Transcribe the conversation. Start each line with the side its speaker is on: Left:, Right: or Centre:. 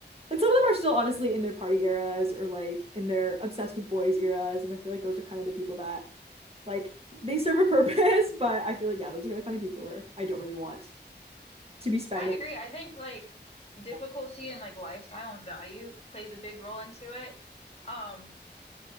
Right: like some of them are still honestly in their party eras or like in their obsessed with boys eras, and I feel like those are kind of the people that like they serve a <laughs> purpose, but I feel like yeah, those are the kind of people where I don't really want to be spending.
Left: I agree. I think like difficulty
Right: Yeah.
Left: and like lifestyle and value plays a big role into it. Um,